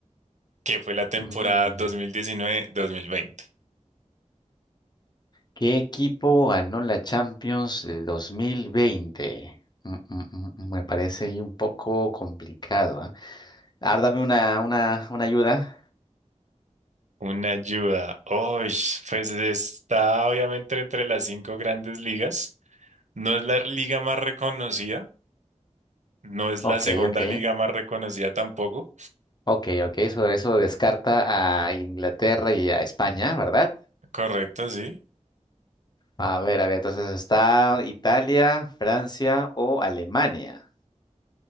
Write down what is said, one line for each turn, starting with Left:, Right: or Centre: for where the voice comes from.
Right: Que fue la temporada
Left: Mm,
Right: dos dos mil diecinueve mil veinte.
Left: ¿Qué equipo ganó la Champions el 2020? Mm, mm, mm, mm, Me parece ahí un poco complicado, ¿ah? A ver, dame una, una, una ayuda.
Right: Una ayuda. Uy, pues está obviamente entre las cinco grandes ligas. No es la liga más reconocida, no es
Left: Ok,
Right: la segunda
Left: ok.
Right: liga más reconocida tampoco.
Left: Ok, ok, eso, eso descarta a Inglaterra y a España, ¿verdad?
Right: Correcto, sí.
Left: A ver, a ver, entonces está Italia, Francia o Alemania.